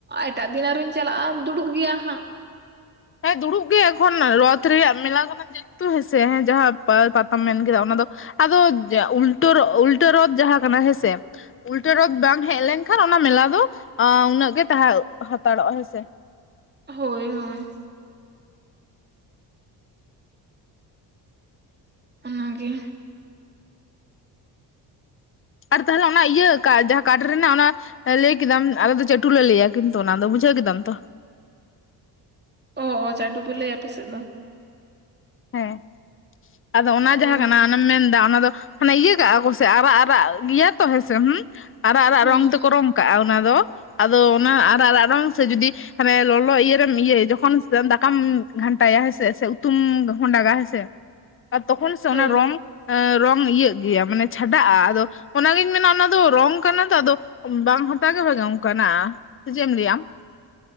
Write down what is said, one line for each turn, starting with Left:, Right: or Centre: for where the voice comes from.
Right: ᱮᱴᱟᱜ ᱫᱤᱱ ᱟᱨᱦᱚᱧ ᱪᱟᱞᱟᱜᱼᱟ, ᱫᱩᱲᱩᱵ ᱜᱮᱭᱟ ᱦᱟᱸᱜ ᱾
Left: ᱦᱮᱸ ᱫᱩᱲᱩᱵ ᱜᱮ ᱮᱠᱷᱚᱱ ᱨᱚᱛᱷ ᱨᱮᱭᱟᱜ ᱢᱮᱞᱟ ᱠᱟᱱᱟ, ᱛᱚ ᱦᱮᱸᱥᱮ ᱦᱮᱸ ᱡᱟᱦᱟᱸ ᱯᱟᱛᱟ ᱯᱟᱛᱟᱢ ᱢᱮᱱ ᱠᱮᱫᱟ ᱚᱱᱟ ᱫᱚ, ᱟᱫᱚ ᱩᱞᱴᱟᱹ ᱩᱞᱴᱟᱹ ᱨᱚᱛᱷ ᱡᱟᱦᱟᱸ ᱠᱟᱱᱟ ᱦᱮᱸᱥᱮ ᱩᱞᱴᱟᱹ ᱨᱚᱛᱷ ᱵᱟᱝ ᱦᱮᱡ ᱞᱮᱱᱠᱷᱟᱱ ᱚᱱᱟ ᱢᱮᱞᱟ ᱫᱚ ᱟᱹ ᱩᱱᱟᱹᱜ ᱜᱮ ᱛᱟᱦᱮᱸ ᱦᱟᱛᱟᱲᱚᱜᱼᱟ ᱦᱮᱸᱥᱮ ᱾
Right: ᱦᱳᱭ ᱦᱳᱭ᱾ ᱚᱱᱟᱜᱮ,
Left: ᱟᱨ ᱛᱟᱦᱚᱞᱮ ᱚᱱᱟ ᱤᱭᱟᱹ ᱡᱟᱦᱟᱸ ᱠᱟᱴᱷ ᱨᱮᱱᱟᱜ ᱚᱱᱟ ᱞᱟᱹᱭ ᱠᱮᱫᱟᱢ ᱟᱞᱮ ᱫᱚ ᱪᱟᱹᱴᱩ ᱞᱮ ᱞᱟᱹᱭᱟ ᱠᱤᱱᱛᱩ ᱚᱱᱟ ᱫᱚ ᱵᱩᱡᱷᱟᱹᱣ ᱠᱮᱫᱟᱢ ᱛᱚ?
Right: ᱚ ᱚ ᱪᱟᱴᱩ ᱯᱮ ᱞᱟᱹᱭ ᱟᱯᱮᱥᱮᱫ ᱫᱚ?
Left: ᱦᱮᱸ, ᱟᱫᱚ ᱚᱱᱟ
Right: ᱚ
Left: ᱡᱟᱦᱟᱸ ᱠᱟᱱᱟ ᱚᱱᱟᱢ ᱢᱮᱱ ᱚᱱᱟ ᱫᱚ ᱢᱟᱱᱮ ᱤᱭᱟᱹ ᱠᱟᱜᱼᱟ ᱠᱚᱥᱮ ᱟᱨᱟᱜ ᱟᱨᱟᱜ ᱜᱮᱭᱟ ᱛᱚ ᱦᱮᱸᱥᱮ ᱦᱮᱸ ᱟᱨᱟᱜ ᱟᱨᱟᱜ
Right: ᱦᱩᱸ
Left: ᱨᱚᱝ ᱛᱮᱠᱚ ᱨᱚᱝ ᱠᱟᱜᱼᱟ ᱚᱱᱟ ᱫᱚ ᱟᱫᱚ ᱚᱱᱟ ᱟᱨᱟᱜ ᱨᱟᱜ ᱨᱚᱝ ᱥᱮ ᱡᱩᱫᱤ ᱦᱟᱱᱮ ᱞᱚᱞᱚ ᱤᱭᱟᱹ ᱨᱮᱢ ᱤᱭᱟᱹ ᱡᱚᱠᱷᱚᱱ ᱫᱟᱠᱟᱢ ᱜᱷᱟᱱᱴᱟᱭᱟ ᱦᱮᱸᱥᱮ ᱥᱮ ᱩᱛᱩᱢ ᱦᱚᱸᱰᱟᱜᱟ ᱦᱮᱸᱥᱮ? ᱟᱨ ᱛᱚᱠᱷᱚᱱ ᱥᱮ
Right: ᱦᱳᱭ
Left: ᱚᱱᱟ ᱨᱚᱝ ᱨᱚᱝ ᱤᱭᱟᱹᱜ ᱜᱮᱭᱟ ᱢᱟᱱᱮ ᱪᱷᱟᱰᱟᱜᱼᱟ ᱟᱫᱚ ᱚᱱᱟ ᱜᱤᱧ ᱢᱮᱱᱟ ᱚᱱᱟ ᱫᱚ ᱨᱚᱝ ᱠᱟᱱᱟ ᱛᱚ ᱟᱫᱚ ᱵᱟᱝ ᱦᱟᱛᱟᱣ ᱜᱮ ᱵᱷᱟᱜᱮ ᱚᱱᱠᱟᱱᱟᱜ ᱥᱮ ᱪᱮᱫ ᱮᱢ ᱞᱟᱹᱭᱟ ᱟᱢ?